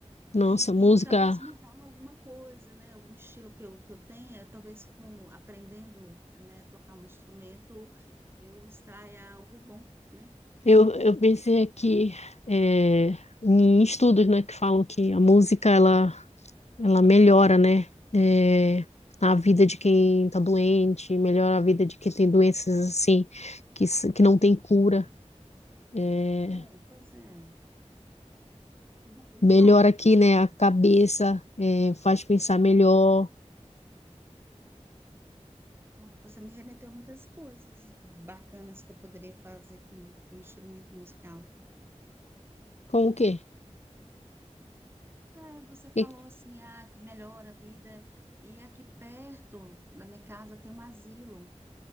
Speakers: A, on the left; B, on the right.
A: Nossa,
B: E,
A: música
B: e talvez mudar alguma coisa, né? Algum estilo que eu, que eu tenha, talvez com aprendendo, né, tocar um instrumento, eu extraia algo bom, né?
A: Eu, eu pensei aqui é, em estudos, né, que falam que a música ela, ela melhora, né, é, a vida de quem está doente, melhora a vida de quem tem doenças assim que, s- que não tem cura, é,
B: É, pois é. Você Já pensou?
A: melhora aqui, né,
B: Eu-
A: a cabeça, é, faz pensar melhor.
B: ah, Você me remeteu muitas coisas bacanas que eu poderia fazer com um instrumento musical.
A: Como o quê?
B: É, você falou
A: E-
B: assim, ah, que melhora a vida. E aqui perto da minha casa tem um asilo,